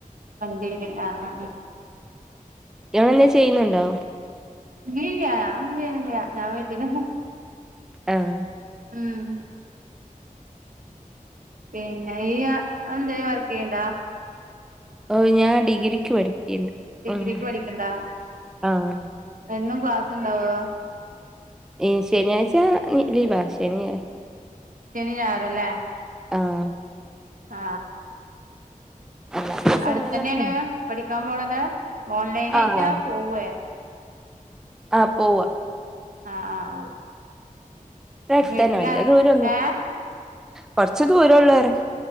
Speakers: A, on the right; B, in the centre.
A: വണ്ടീ ആഹ ആഹ് ആഹ്
B: ഇയാളെന്തെ ചെയ്യുന്നുണ്ടോ
A: ഇല്ല ഞഒന്നും ചെയ്യുന്നില്ല ഞാൻ വീട്ടീില്
B: ആഹ്
A: ഉം പിന്നെ ഈയ എ ന്തെയ വർക്ക്‌ ചെയണ്ടാ
B: ഓ ഞാൻ ഡിഗ്രിക്ക് പഠക്കിണ്ട്
A: ഡിഗ്രിക്ക്
B: ഉം
A: പഠിക്കണ്ടാ
B: ആഹ്
A: എന്നും ക്ലാസ്ണ്ടാവോ
B: എ് ശനിയാഴ്ച നി ലീവാ ശനീം ഞാ
A: ശനിം ഞായറുല്ലേ
B: ആഹ്
A: ആ
B: അല്ലാത്ത ദിവസങ്ങളിലൊക്കെ
A: അടുത്തെന്നെണ് പഠിക്കാൻ പോണത് ഓൺലൈൻ ആയിട്ടാ
B: ആഹ്
A: പോവുവേ
B: ആഹ് പോവുവാ
A: ആഹ് ആഹ് ആഹ്
B: ഇവടുത്തന്നെ
A: വീട്ടിലാര
B: വല്ല്യ ദൂരൊന്നും
A: ഏഹ്
B: കൊറച്ച് ദൂരള്ളറയും